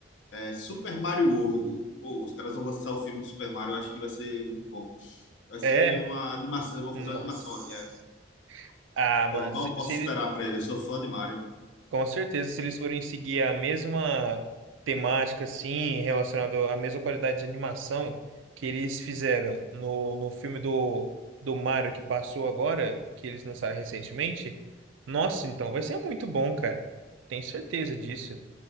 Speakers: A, on the left; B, on the right.
A: é, Super Mario World. Pô, os caras vão lançar o filme do Super Mario, eu acho que vai ser muito bom. Vai ser
B: é?
A: uma animação, vão
B: Nossa.
A: fazer uma animação ali, é.
B: Ah,
A: Porra,
B: mano,
A: mal
B: se,
A: posso
B: se ele-
A: esperar pra ele, eu sou fã de Mario.
B: Com certeza, se eles forem seguir a mesma temática, assim, relacionado à mesma qualidade de animação que eles fizeram no, no filme do, do Mario que passou agora, que eles lançaram recentemente, nossa, então vai ser muito bom, cara. Tenho certeza disso.